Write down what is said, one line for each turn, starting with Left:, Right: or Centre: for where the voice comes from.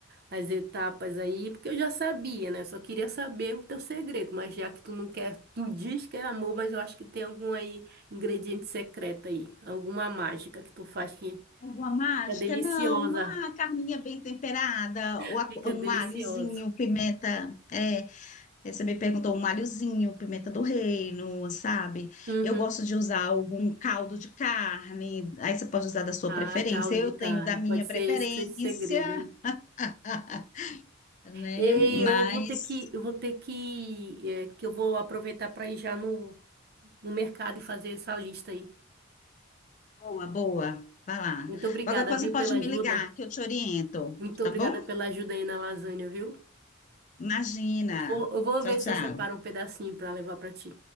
Right: as etapas aí, porque eu já sabia, né? Só queria saber o teu segredo, mas já que tu não quer, tu diz que é amor, mas eu acho que tem algum aí ingrediente secreto aí, alguma mágica que tu faz que
Left: Uma mágica?
Right: fica deliciosa,
Left: Não, uma carninha bem temperada,
Right: <laughs>
Left: ou a-
Right: fica
Left: um
Right: delicioso.
Left: alhozinho, pimenta. É, é, você me perguntou um alhozinho, pimenta do reino, sabe?
Right: Uhum.
Left: Eu gosto de usar algum caldo de carne, aí você pode usar da sua
Right: Ah,
Left: preferência.
Right: caldo
Left: Eu
Right: de carne.
Left: tenho da minha
Right: Pode ser
Left: preferência,
Right: esse que seja o segredo, hein?
Left: <laughs> né?
Right: Ei,
Left: Mas,
Right: eu vou ter que, eu vou ter que, é, que eu vou aproveitar para ir já no, no mercado e fazer essa lista aí.
Left: boa, boa. Vai lá.
Right: Muito obrigada,
Left: Qualquer coisa
Right: viu,
Left: pode
Right: pela
Left: me
Right: ajuda.
Left: ligar, que eu te oriento,
Right: Muito
Left: tá
Right: obrigada
Left: bom?
Right: pela ajuda aí na lasanha, viu?
Left: Imagina.
Right: Eu vou, eu vou
Left: Tchau,
Right: ver se
Left: tchau.
Right: eu separo um pedacinho pra levar pra ti.